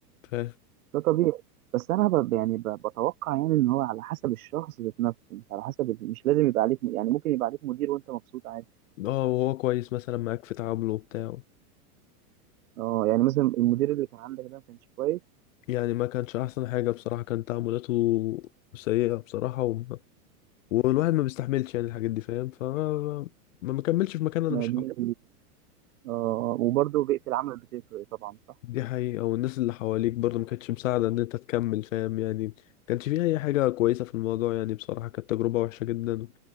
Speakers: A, on the left; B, on the right.
A: فاهم
B: ده طبيعي بس انا ب... يعني ب... بتوقع يعني ان هو على حسب الشخص ذات نفسه مش على حسب مش لازم يبقى عليك م... يعني ممكن يبقى عليك مدير وانت مبسوط عادي
A: اه وهو كويس مثلا معاك في تعامله بتاعه
B: اه يعني مثلا المدير اللي كان عندك ده ما كانش كويس
A: يعني ما كانش احسن حاجه بصراحه كان تعاملاته سيئه بصراحه وما- والواحد ما بيستحملش يعني الحاجات دي فاهم ف ما مكملش في مكان انا
B: ما
A: مش
B: دي اه وبرضه بيئة العمل بتفرق طبعا صح
A: دي حقيقة والناس اللي حواليك برضه ما كانتش مساعدة ان انت تكمل فاهم يعني ما كانش فيه اي حاجة كويسة في الموضوع يعني بصراحة كانت تجربة وحشة جدا